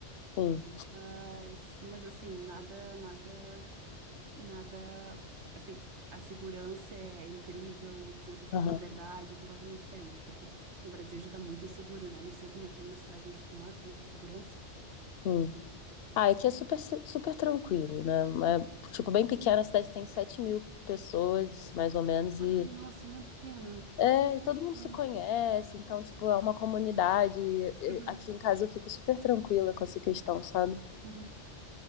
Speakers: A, on the left; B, on the right.
A: sim,
B: Mas, mas assim, nada, nada, nada. Assim, a segurança é é incrível, o senso assim,
A: aham,
B: de liberdade é completamente diferente, porque no Brasil já tá muito inseguro, né? Não sei como é que é aí na cidade onde tu mora, como é que é a segurança.
A: sim. Ah, aqui é super, ci- super tranquilo, né? É, tipo, bem pequena, a cidade tem 7 mil pessoas, mais ou menos,
B: Ai,
A: e
B: nossa, é uma pequena.
A: é, todo mundo
B: Nossa.
A: se conhece, então, tipo, é uma comunidade. E
B: Uhum,
A: Aqui em casa eu fico super tranquila com essa questão, sabe?
B: uhum.